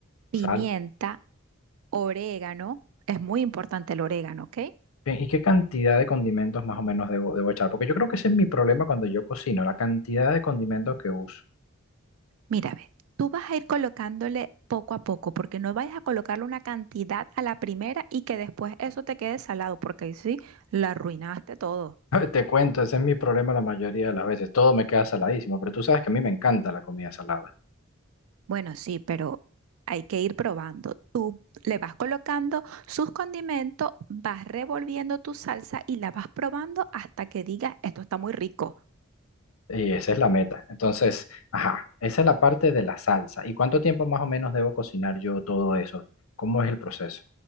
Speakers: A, on the right; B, on the left.
A: pimienta,
B: Sal.
A: orégano. Es muy importante el orégano, ¿ok?
B: Bien, ¿y qué cantidad de condimentos más o menos debo, debo echar? Porque yo creo que ese es mi problema cuando yo cocino, la cantidad de condimentos que uso.
A: Mira, ve, tú vas a ir colocándole poco a poco, porque no vayas a colocarle una cantidad a la primera y que después eso te quede salado, porque ahí sí la arruinaste todo.
B: <laughs> Te cuento, ese es mi problema la mayoría de las veces. Todo me queda saladísimo, pero tú sabes que a mí me encanta la comida salada.
A: Bueno, sí, pero hay que ir probando. Le vas colocando sus condimentos, vas revolviendo tu salsa y la vas probando hasta que digas, esto está muy rico.
B: Y esa es la meta. Entonces, ajá, esa es la parte de la salsa. ¿Y cuánto tiempo más o menos debo cocinar yo todo eso? ¿Cómo es el proceso?